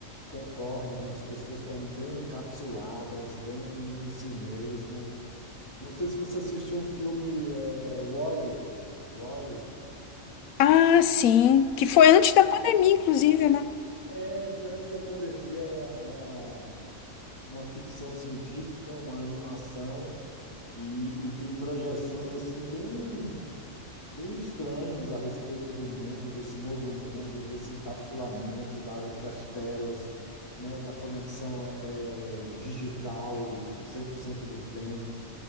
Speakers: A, on the left; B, on the left.
A: concordo, as pessoas estão bem encapsuladas, bem em si mesmo. Não sei se você assistiu um filme, é, Wall-E. Wall-E.
B: Ah, sim. Que foi antes da pandemia, inclusive, né?
A: É, foi antes da pandemia, uma, uma, uma ficção científica, uma animação E, e tem projeções assim bem bem estranhas a respeito do mundo, desse novo mundo, desse encapsulamento da- das telas, né, da conexão eh, digital 100% do tempo.